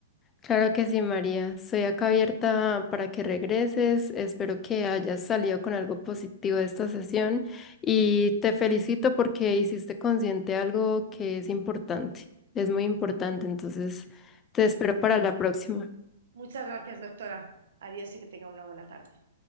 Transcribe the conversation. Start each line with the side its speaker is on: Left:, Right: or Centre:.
Left: Claro que sí, María. Soy acá abierta para que regreses. Espero que hayas salido con algo positivo de esta sesión y te felicito porque hiciste consciente algo que es importante. Es muy importante, entonces te espero para la próxima.
Right: Muchas gracias, doctora. Adiós y que tenga una buena tarde.